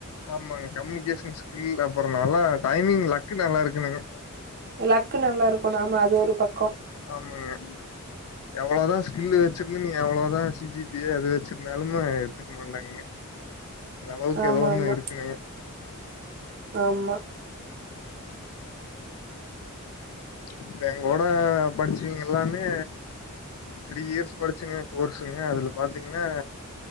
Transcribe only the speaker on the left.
ஆமாங்க கம்யூனிகேஷன் ஸ்கில் அப்றோ நல்லா டைமிங் லக்கு நல்லா இருக்கனுங்க
ஆமாங்க எவ்ளோதா ஸ்கில்லு வச்சிருந்து நீ எவ்ளோதா சிஜிபி அது வச்சிருந்தாலு எடுத்துக்க மாட்டாங்க அளவுக்கு
ஏதோ ஒண்ணு
இருக்கனுங்க
இப்ப எங்கோட படிச்சீங்கல்லா மே த்ரீ இயர்ஸ் படிச்சுங்க கோர்ஸுங்க அதுல பாத்தீங்கன்னா